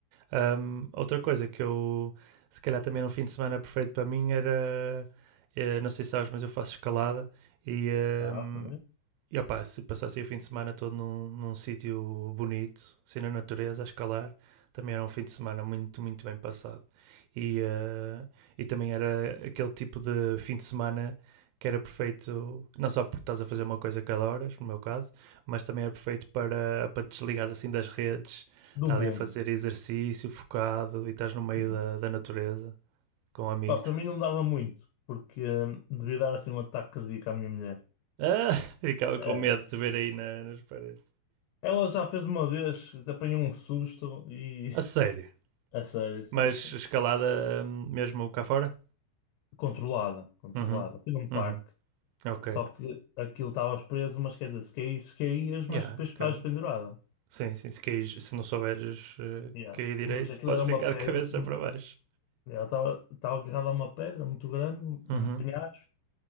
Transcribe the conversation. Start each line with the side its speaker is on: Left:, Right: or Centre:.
Right: Ahm, outra coisa que eu, se calhar, também era um fim de semana perfeito para mim era. eh, não sei se sabes, mas eu faço escalada e. ahm,
Left: Ah, ok.
Right: e opá, se passasse o fim de semana todo num, num sítio bonito, assim na natureza, a escalar, também era um fim de semana muito, muito bem passado. E, eh, e também era aquele tipo de fim de semana que era perfeito, não só porque estás a fazer uma coisa cada hora no meu caso, mas também era perfeito para, para te desligares assim das redes,
Left: Do
Right: estás
Left: mundo.
Right: ali a fazer exercício focado e estás no meio
Left: Uhum.
Right: da, da natureza com amigos.
Left: Pá, para mim
Right: <laughs>
Left: não dava muito, porque hum, devia dar assim um ataque cardíaco à minha mulher.
Right: Ah, ficava
Left: É.
Right: com medo de te ver aí na- nas paredes.
Left: Ela já fez uma vez, apanhou um susto e.
Right: A sério.
Left: <laughs> A sério, a sério,
Right: Mas
Left: a sério.
Right: escalada hum, mesmo cá fora?
Left: Controlada, controlada.
Right: Uhum.
Left: Fui num parque.
Right: Uhum. Ok.
Left: Só que aquilo estavas preso, mas quer dizer, se caísse, caías, mas
Right: Yeah,
Left: depois ficavas
Right: cá,
Left: pendurada.
Right: Sim, sim. Se, caís, se não souberes eh,
Left: Yeah.
Right: cair direito,
Left: Mas aquilo
Right: podes
Left: era uma
Right: ficar
Left: pedra.
Right: de cabeça
Left: que-
Right: para baixo.
Left: Ela estava estava agarrada a uma pedra muito grande, num
Right: Uhum.
Left: penhasco.